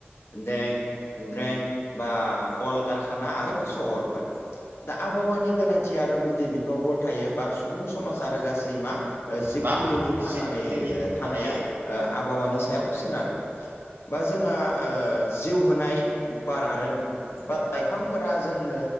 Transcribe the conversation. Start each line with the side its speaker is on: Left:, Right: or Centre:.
Left: दें द्रें बा कल कारखाना आरो सहरफोर दा आबहावनि गोनांथिया आरो गुदि बिफावफोर गथायो बा सुबुं समाज आरो गासै मा ओ जिब
Right: मा
Left: खुलिनि थांनानै
Right: जिबफोरनि
Left: थानाया
Right: थानानै
Left: आ आबहावानि सायाव सोनारो बा जोंहा ओ जिउ होनाय बार आरो बार लाइफांफोरा जोंनो